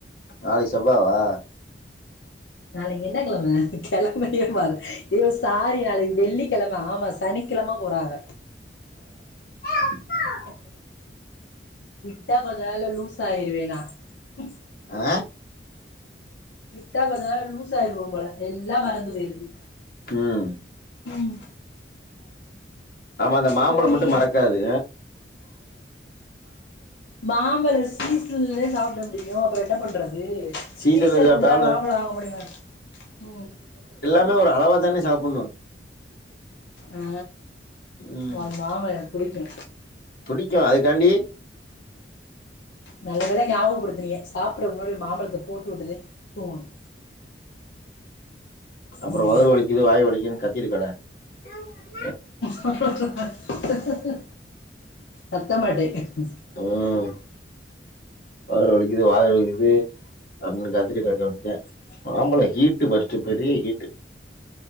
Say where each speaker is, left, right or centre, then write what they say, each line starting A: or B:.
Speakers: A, on the left; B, on the left.
A: நாளைக்கு செவ்வாவா
B: நாளைகி என்ன கெழம கெழமயே வ யே சாரி நாளைகு வெள்ளிக்கிழம ஆமா சனிக்கிழம போறாங்க
A: ஏ அப்பா
B: விட்டா கொஞ்ச நால லூஸ் ஆயிருவேனா ம்ம்
A: ஆ
B: விட்டா கொஞ்ச நாள லூஸ் அய்ருவ போம்பல எல்லா மறந்து பெய்ருது
A: ம்
B: ம்
A: ஆமா அந்த மாம்பழமட்டு
B: போயி
A: மறக்காது
B: மாபழ சீஸ்லே சாபுட பிடிக்கு அப்புறோ எட்ட பண்றது து
A: சீசன்ல
B: ஸ்சிசன்
A: சாப்ட்டாலு
B: முடிச த மாம்பல வாங்க முடியு ம்
A: துமே ஒரு அளவா தானே சாப்புணு
B: அ
A: ம்
B: வா மாம்பழ புடிக்கு
A: புடிக்கு அதுகாண்டி
B: நல்ல வேல ஞாபகோ படுத்துனீங்க சாப்புறதுக்கு முன்னாடி ஒரு மாம்பழத்த போட்டு உட்டுதே தூங்குணு
A: அப்புறோ
B: ம்
A: வயுறு வலிக்குது வாய் வலிக்குதுன் கத்திட்டு கட ம்ம்
B: ஹ ஹ ஹ ஹ ஹ கத்தமாட்டேக்குது
A: ம் வயிறு வலிக்குது வாய் வலிக்குது அப்டின் கத்திட்டு கடக்க வேண்டியதா மாம்பழோ ஹீட்டு ஃபஸ்ட்டு பெரிய ஹீட்டு